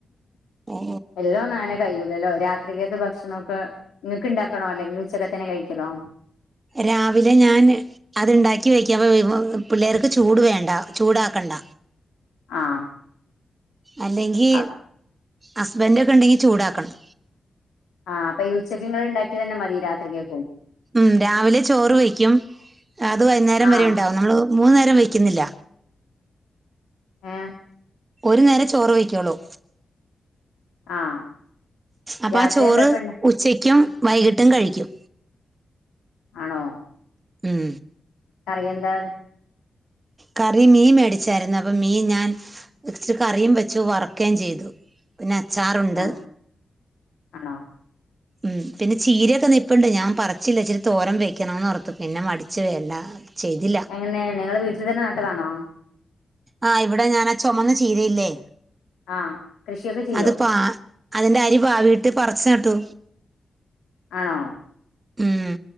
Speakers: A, on the right; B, on the left.
A: ഓ
B: എല്ലാം നന കയ്യൂല്ലല്ലോ രാത്രികത്തെ ഭക്ഷണോക്കെ ഇങ്ങക്ക് ഇണ്ടാക്കണോ അല്ലെങ്കിൽ ഉച്ചക്കെ തന്നെ കഴിക്കണൊ
A: രാവിലെ ഞാൻ അത്ണ്ടാക്കി വെക്കാ അപ്പൊ പിള്ളേർക്ക് ചൂട് വേണ്ട ചൂടാക്കണ്ട
B: ആഹ്
A: അല്ലെങ്കി
B: ആഹ്
A: ഹസ്ബൻഡ് ഒക്കെ ഉണ്ടെങ്കി ചൂടാക്കണം
B: ആഹ് അപ്പ ഈ ഉച്ചക്ക് ഇങ്ങൾ ഇണ്ടാക്കിയതെന്നെ മതി രാത്രികക്കും
A: ഉം രാവിലെ ചോറ് വയ്ക്കും അത് വൈകുന്നേരം
B: ആഹ്
A: വരെ ഉണ്ടാവും നമ്മള് മൂന്നു നേരം വയ്ക്കുന്നില്ല
B: ഏഹ്
A: ഒരു നേരേ ചോറ് വയ്ക്കുള്ളൂ
B: ആഹ്
A: അപ്പൊ
B: രാത്രി
A: ആഹ് ചോറ്
B: എന്താപ്പണ്ട
A: ഉച്ചക്കും
B: ആഹ്
A: വൈകിട്ടും കഴിക്കും
B: ആണോ
A: ഉം
B: കറിയെന്താണ്.
A: കറി മീൻ മേടിച്ചായിരുന്നു. അപ്പം മീൻ ഞാൻ. കൊറച് കറിയും വെച്ചു വറക്കേം ചെയ്തു പിന്നെ അച്ചാറുണ്ട്.
B: ആഹ് ആണോ
A: ഉം പിന്നെ ചീരയൊക്കെ നിപ്പുണ്ട് ഞാൻ പറിച്ചില്ല ഇച്ചിരി തോരൻ വെയക്കണോന്നോഓർത്തു പിന്നെ മടച്ച് വേണ്ട. ചെയ്തില്ല.
B: എങ്ങനെ നിങ്ങള് വീട്ടിൽ തന്നെ നട്ടതാണോ?
A: ആഹ ഇവിടെ ഞാൻ ആ ചൊമന്ന ചീരയില്ലേ
B: ആഹ് കൃഷിയൊക്കെ ചെയ്യോ
A: അത് പാ അതിന്റെ അരി പാവീട്ട് പറിച്ച് നട്ടു.
B: ആണോ
A: ഉം